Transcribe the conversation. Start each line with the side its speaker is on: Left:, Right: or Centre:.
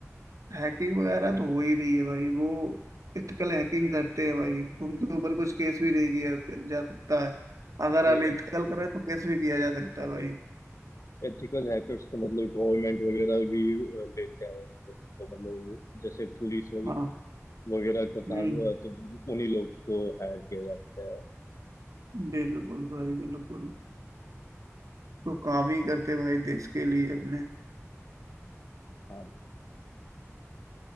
Right: हैकिंग वगैरह तो हो ही रही है भाई वो इथिकल हैकिंग करते हैं भाई उनके ऊपर कुछ केस भी नहीं किया जा सकता है अगर
Left: भाई
Right: अनएथिकल
Left: एथ,
Right: करे तो केस भी किया जा सकता
Left: हाँ
Right: है भाई
Left: भाई एथिकल हैकर्स तो मतलब गवर्नमेंट वगैरह भी अ, लेते हैं उनको तो मतलब जैसे पुलिस वग-
Right: हाँ
Left: वगैरह का
Right: हम्म
Left: काम हुआ तो उन्हीं लोग को हायर किया जाता है
Right: बिल्कुल भाई बिल्कुल तो काम ही करते भाई देश के लिए अपने
Left: हाँ भाई